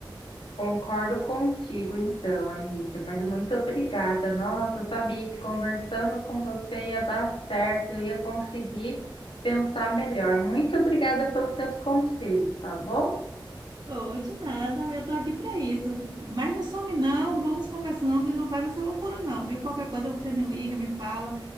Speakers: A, on the left; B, on the right.
A: Concordo contigo, então, amiga, mas muito obrigada. Nossa, eu sabia que conversando com você ia dar certo, eu ia conseguir pensar melhor. Muito obrigada pelos teus conselhos, tá bom?
B: Oh, de nada, eu tô aqui pra isso. Mas não some não, vamos conversando e não faz essa loucura não, viu? Qualquer coisa você me liga, me fala